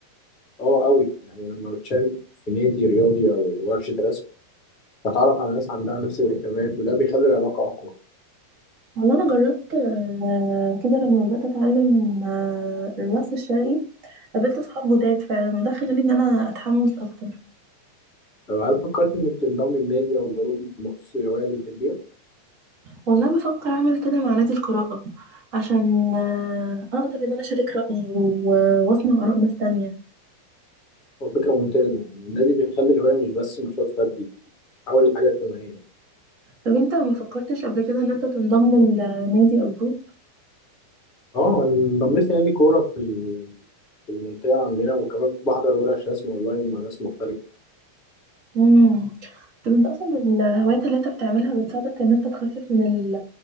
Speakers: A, on the left; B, on the right.
A: أه أوي يعني لما بتشارك في نادي رياضي أو ورشة رسم بتعرف على ناس عندها نفس الاهتمامات وده بيخلي العلاقة أقوى
B: والله انا جربت آه، كده لما بدأت اتعلم آه، الرقص الشرقي قابلت اصحاب جداد فعلا وده خلاني ان انا اتحمس اكتر
A: لو هل فكرت إنك تنضم لنادي أو جروب مخصوص للهواية اللي بتحبيها
B: والله بفكر اعمل كده مع نادي القراءة عشان آه، اقدر ان انا اشارك رأيي و- واسمع اراء ناس تانية
A: هو فكرة ممتازة يعني النادي بيخلي الهواية مش بس نشاط فردي بيتحول لحاجة اجتماعية
B: طب انت ما فكرتش قبل كده ان انت تنضم لنادي او جروب
A: أه أنا انضميت لنادي كورة في ال- في المنطقة عندنا وكمان بحضر ورش رسم أونلاين مع ناس مختلفة
B: امم طب انت اصلا الهوايات اللي انت بتعملها بتساعدك ان انت تخفف من ال